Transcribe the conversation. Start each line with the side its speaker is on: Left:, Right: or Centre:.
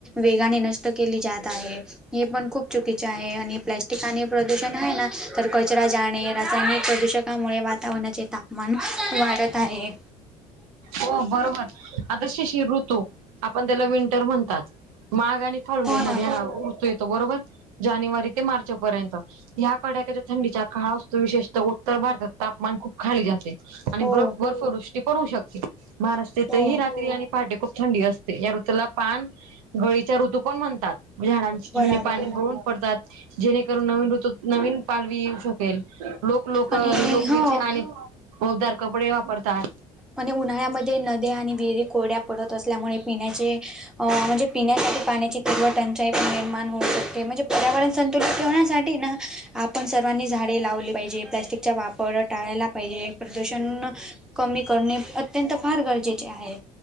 Centre: वेगाने नष्ट केली जात आहे. हे पण खुप चुकीचे आहे आणि प्लॅस्टिक आणि प्रदूषण आहे ना तर कचरा जाणे रासायनिक प्रदुषण त्यामुळे वातावरणाचे तापमान वाढत आहे
Right: हो बरोबर आता शशीर ऋतू आपण त्याला विंटर म्हणतात माघ आणि फाल्गुन
Centre: हो
Right: मध्ये
Centre: ना
Right: हा ऋतू येतो बरोबर जानेवारी ते मार्च पर्यंत ह्या कडाक्याच्या थंडीच्या काळ असतो विशेषत उत्तर भारतात तापमान खुप खाली जाते. आणि
Centre: हो
Right: बर्फ बर्फवृष्टी पण होऊ शकते महाराष्ट्रेतही
Centre: हो
Right: रात्री आणि पहाटे खुप थंडी असते या ऋतूला पान घोडीचा ऋतू पण म्हणतात झाडांची पा
Centre: बराबर
Right: जुनी पाणी गळुन पडतात जेणेकरून नवीन ऋतुत नवीन पालवी येऊ शकेल लोक लोक
Centre: आणि
Right: लोकरीचे
Centre: हो
Right: आणि ऊबदार कपडे वापरतात
Centre: आणि उन्हाळ्यामध्ये नद्या आणि विहिरी कोरड्या पडत असल्यामुळे पिण्याचे अ म्हणजे पिण्यासाठी पाण्याची तुळवट अन निर्माण होऊ शकते म्हणजे पर्यावरण संतुलित ठेवण्यासाठी ना आपण सर्वांनी झाडे लावली पाहिजे प्लास्टिकचा वापर टाळायला पाहिजे प्रदूषण करने अत्यंत फार गरजेचे आहे